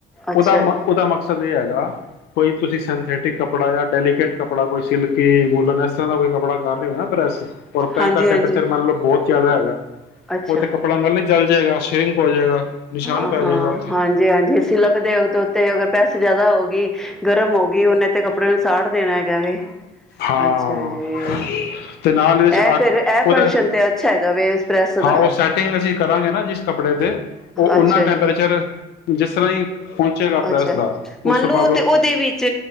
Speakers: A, in the centre; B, on the left.
A: ਅੱਛਾ
B: ਉਹਦਾ
A: ਜੀ
B: ਉਹਦਾ ਮਕਸਦ ਹੈਗਾ ਕੋਈ ਤੁਸੀਂ ਸਿੰਥੈਟਿਕ ਕੱਪੜਾ ਜਾਂ ਡੈਲੀਕੇਟ ਕੱਪੜਾ ਕੋਈ ਸਿਲਕੀ ਵੂਲਨ ਇਸ ਤਰ੍ਹਾਂ ਦਾ ਕੋਈ ਕੱਪੜਾ ਕਰ ਰਹੇ ਹੋ ਨਾ ਪ੍ਰੈ ਔਰ ਪ੍ਰੈਸ
A: ਹਾਂਜੀ
B: ਦਾ ਟੈਂਪਰੇਚਰ
A: ਹਾਂਜੀ
B: ਮੰਨਓ ਬਹੁਤ ਕਿਆਦਾ ਹੈਗਾ
A: ਅੱਛਾ
B: ਉਹ ਤੇ ਕੱਪੜਾ ਲ ਲਈ ਚਲ ਜਾਏਗਾ ਸਿਰਿੰਕ ਹੋ ਜਾਏਗਾ ਨਿਸ਼ਾਨ
A: ਹਾਂ
B: ਪੈ
A: ਹਾਂ
B: ਜਾਏਗਾ ਉੱਥੇ
A: ਹਾਂਜੀ ਹਾਂਜੀ ਸ਼ਿਲਕ ਦੇਓਗ ਦੇ ਉੱਤੇ ਅਗਰ ਪੈਸੇ ਜ਼ਿਆਦਾ ਹੋ ਗਈ ਗਰਮ ਹੋ ਗਈ ਉਹਨੇ ਤੇ ਕੱਪੜੇ ਨੂੰ ਸਾਟ ਦੇਣਾ ਹੈਗਾ ਵ
B: ਹਾਂ
A: ਅੱਛਾ ਜੀ
B: ਤੇ ਨਾਲ ਇਹਦੇ ਚ
A: ਇਹ
B: ਆਟ
A: ਫਿਰ ਇਹ
B: ਉਹਦਾ
A: ਫੰਕਸ਼ਨ ਤੇ ਅੱਛਾ ਹੈਗਾ ਵ ਇਸ ਪ੍ਰੈਸ
B: ਹਾਂ
A: ਦਾ
B: ਉਹ ਸੈਟਿੰਗ ਅਸੀਂ ਕਰਾਂਗੇ ਨਾ ਜਿਸ ਕੱਪੜੇ ਤੇ ਉਹ ਉਹਨਾਂ
A: ਅੱਛਾ
B: ਟੈਂਪਰੇਚਰ
A: ਜੀ
B: ਜਿਸ ਤਰ੍ਹਾਂ ਹੀ ਪਹੁੰਚੇਗਾ ਅਪ੍ਰੈਲ
A: ਅੱਛਾ
B: ਦਾ
A: ਮੰਨ
B: ਉਸ ਤੋਂ
A: ਲਓ
B: ਬਾਅਦ ਉਹ
A: ਤੇ ਉਹਦੇ ਵਿੱਚ